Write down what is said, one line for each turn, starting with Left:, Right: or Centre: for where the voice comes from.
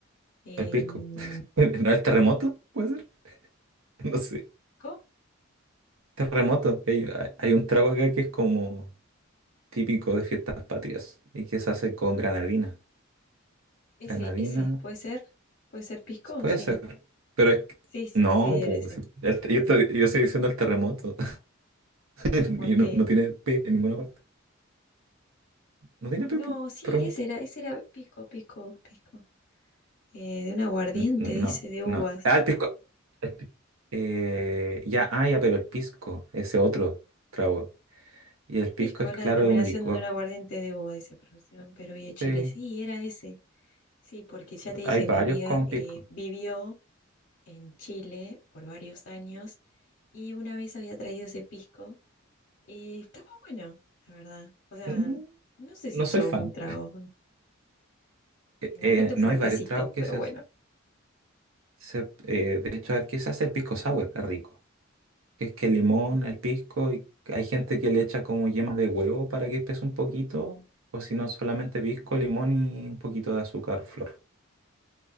Left: Em,
Right: El pisco. <laughs> ¿No el terremoto? ¿Puede ser? <laughs> No sé.
Left: ¿co?
Right: Terremoto. Hay, hay un trago acá que es como típico de fiestas patrias y que se hace con granadina.
Left: Ese,
Right: Granadina,
Left: ese, ¿puede ser? ¿Puede ser pisco?
Right: puede
Left: Sí.
Right: ser, pero es que-
Left: Sí, sí,
Right: no,
Left: sí, era
Right: pues,
Left: ese.
Right: si- el- yo, estoy, yo estoy diciendo el terremoto <laughs>
Left: ¿Por
Right: y
Left: qué?
Right: no, no tiene P en ninguna parte. No tiene P,
Left: No,
Right: pues,
Left: sí,
Right: terremoto.
Left: ese era, ese era pisco, pisco, pisco. eh, de un aguardiente,
Right: N- No,
Left: dice, de uvas.
Right: no. Ah, el pisco. el pi- eh, ya, ah, ya, pero el pisco, ese otro trago. Y el pisco
Left: Pisco
Right: es
Left: es
Right: claro,
Left: la denominación
Right: es un licor.
Left: de un aguardiente de uva, dice, producido en Perú y en Chile.
Right: Sí,
Left: Sí, era ese. Sí, porque ya te dije,
Right: hay varios
Left: mi amiga
Right: con
Left: eh,
Right: pisco.
Left: vivió en Chile por varios años y una vez había traído ese pisco y estaba bueno, la verdad. O sea,
Right: Mm,
Left: n- no sé si
Right: No
Left: hizo
Right: soy fan.
Left: algún trago,
Right: Eh,
Left: bastante
Right: eh, no
Left: fuertecito,
Right: hay varios tragos que
Left: pero
Right: se
Left: bueno.
Right: usan. Se- eh, de hecho, a ver, ¿qué se hace el pisco sour? Es rico. Es que el limón, el pisco, y hay gente
Left: Ujú.
Right: que le echa como yema de huevo para que espese un poquito, o si no, solamente pisco, limón y un poquito de azúcar flor.